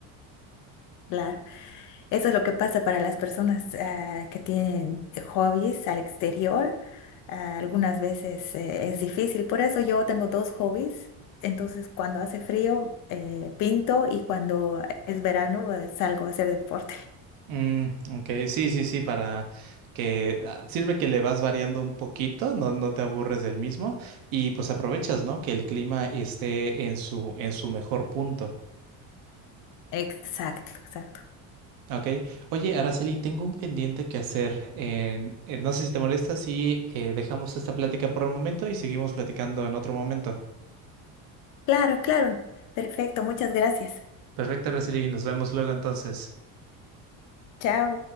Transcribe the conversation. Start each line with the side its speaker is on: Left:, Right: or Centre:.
Left: Claro, eso es lo que pasa para las personas ah, que tienen hobbies al exterior. Ah, algunas veces eh, es difícil, por eso yo tengo dos hobbies. Entonces, cuando hace frío, eh, pinto y cuando es verano, eh, salgo a hacer deporte.
Right: Mm, ok, sí, sí, sí, para que ah, sirve que le vas variando un poquito, no, no te aburres del mismo y pues aprovechas, ¿no? Que el clima esté en su, en su mejor punto,
Left: <laughs> Exacto, exacto.
Right: ¿ok? Oye, Araceli, tengo un pendiente que hacer. en- eh, no sé si te molesta si eh, dejamos esta plática por el momento y seguimos platicando en otro momento.
Left: Claro, claro. Perfecto, muchas gracias.
Right: Perfecto, Araceli, nos vemos luego entonces.
Left: Chao.